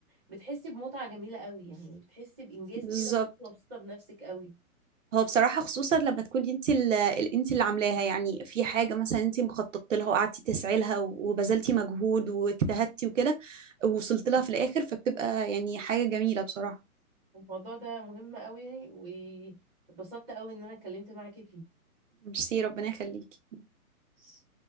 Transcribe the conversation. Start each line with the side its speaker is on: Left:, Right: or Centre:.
Centre: بتحسي بمتعة جميلة قوي يعني بتحسي بإنجاز
Right: بالظبط
Centre: كده وأنت مبسوطة بنفسك قوي
Right: هو بصراحة خصوصا لما تكوني انت ال- ال- انت اللي عاملاها يعني في حاجة مثلا انت مخططت لها وقعدتي تسعي لها وبذلتي مجهود واجتهدتي وكده ووصلت لها في الآخر فبتبقى يعني حاجة جميلة بصراحة
Centre: الموضوع ده مهم قوي واتبسطت قوي إن أنا اتكلمت معاكي
Right: ميرسي ربنا يخليكي
Centre: فيه